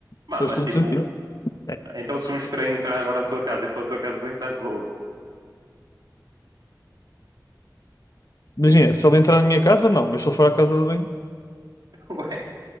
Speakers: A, on the right (about 75°); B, on the left (about 55°).
A: Mas,
B: Faz
A: mas
B: todo
A: tipo,
B: sentido. É.
A: então se um estranho entrar agora à tua casa e for à tua casa de banho, estás de boa.
B: Imagina, se ele entrar na minha casa, não, mas se ele for à casa de banho,
A: <laughs> Ué,